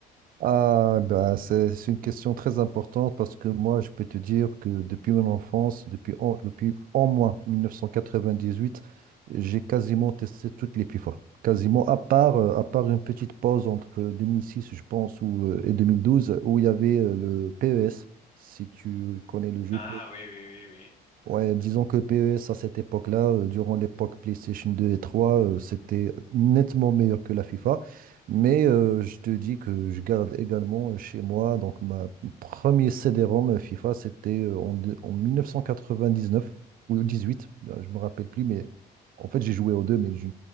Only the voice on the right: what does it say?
Ah, bah, c'est c'est une question très importante parce que moi, je peux te dire que depuis mon enfance, depuis en, depuis au moins 1998, j'ai quasiment testé toutes les FIFA. Quasiment, à part, euh, à part une petite pause entre 2006, je pense, ou, euh, et 2012, où il y avait euh, le PES, si tu connais le jeu.
Ouais, disons que PES à cette époque-là, euh, durant l'époque PlayStation 2 et 3, euh, c'était nettement meilleur que la FIFA. Mais euh, je te dis que je garde également euh, chez moi, donc ma premier CD-ROM FIFA, c'était euh, en, deux- en 1999 ou 18, euh, je me rappelle plus, mais en fait j'ai joué aux deux, mais je-